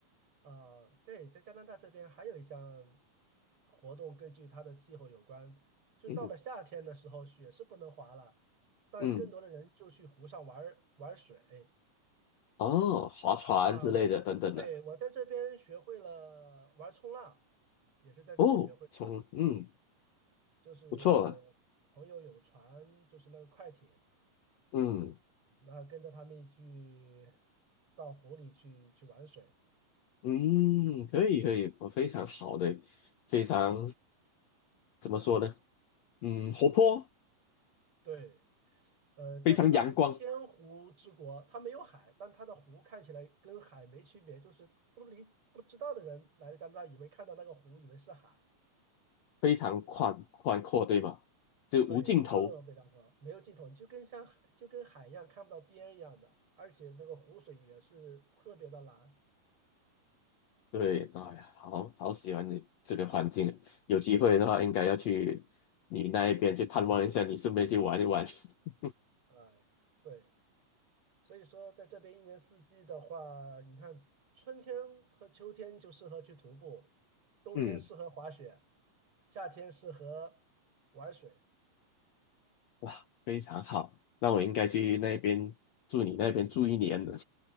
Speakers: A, on the right; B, on the left.
A: 呃，对，在加拿大这边还有一项活动，根据它的气候有关，就到了夏天的时候，
B: 嗯哼
A: 雪是不能滑了，但更多的人就去湖上玩儿玩水
B: 嗯，哦，划船之类的等等的，
A: 啊。对，我在这边学会了玩冲浪，也是在这边学会，
B: 哦，从嗯
A: 就是朋友有船，
B: 不错啊，
A: 就是那个快艇，
B: 嗯
A: 然后跟着他们一起去到湖里去去玩水。
B: 嗯，可以可以，我非常好的，非常怎么说呢？嗯，活泼，
A: 对。呃，加拿大是千湖之国，
B: 非常阳光。
A: 它没有海，但它的湖看起来跟海没区别，就是不理不知道的人来了加拿大，以为看到那个湖，以为是海，
B: 非常宽宽阔，对吧？就无尽头。
A: 对，特别壮观，没有尽头，你就跟像海就跟海一样看不到边一样的，而且那个湖水也是特别的蓝，
B: 对，哎呀，好好喜欢你这个环境啊，有机会的话应该要去你那一边去探望一下，你顺便去玩一玩。<laughs>
A: 哎，对，所以说在这边一年四季的话，你看春天和秋天就适合去徒步，冬天适合滑雪，
B: 嗯，
A: 夏天适合玩水，
B: 哇，非常好，那我应该去那边住你那边住一年的，